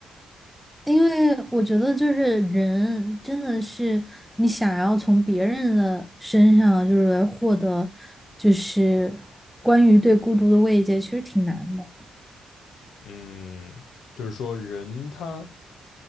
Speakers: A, in the centre; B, on the left.
A: 因为我觉得就是人真的是你想要从别人的身上就是获得，就是关于对孤独的慰藉，其实挺难的。
B: 嗯，就是说人他